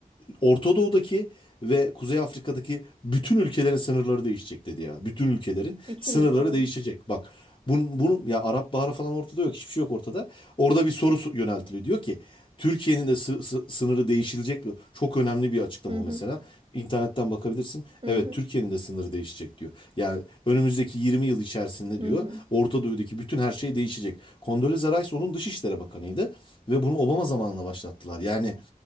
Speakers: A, on the left; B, on the right.
A: Orta Doğu'daki ve Kuzey Afrika'daki bütün ülkelerin sınırları değişecek dedi ya. Bütün ülkelerin
B: Bütün
A: sınırları
B: ülkelerin.
A: değişecek. Bak bunun, bunun ya Arap Baharı falan ortada yok. Hiçbir şey yok ortada. Orada bir soru su- yöneltiliyor. Diyor ki Türkiye'nin de sı- sı- sınırı değişilecek mi? Çok önemli bir açıklama
B: Hı hı.
A: o mesela. İnternetten bakabilirsin.
B: Hı
A: Evet
B: hı.
A: Türkiye'nin de sınırı değişecek diyor. Yani önümüzdeki 20 yıl içerisinde
B: Hı
A: diyor
B: hı.
A: Orta Doğu'daki bütün her şey değişecek. Condoleezza Rice onun Dışişleri Bakanıydı ve bunu Obama zamanında başlattılar. Yani